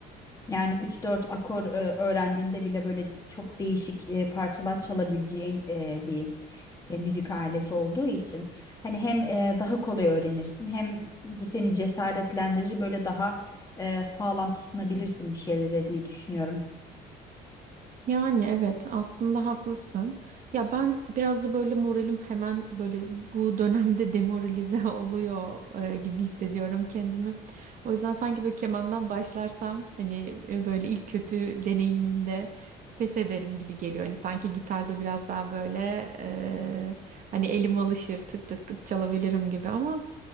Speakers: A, on the left (about 20°); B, on the right (about 50°).
A: yani üç dört akor e, öğrendiğinde bile böyle çok değişik e, parçalar çalabileceğin e, bir e, müzik aleti olduğu için hani hem e, daha kolay öğrenirsin hem bu seni cesaretlendirir böyle daha e, sağlam tutunabilirsin bir şeylere diye düşünüyorum.
B: Yani evet aslında haklısın. Ya ben biraz da böyle moralim hemen böyle bu dönemde demoralize <laughs> oluyor e, gibi hissediyorum kendimi. O yüzden sanki böyle kemandan başlarsam hani e, böyle ilk kötü deneyimimde pes ederim gibi geliyor. Hani sanki gitarda biraz daha böyle e, hani elim alışır tık tık tık çalabilirim gibi ama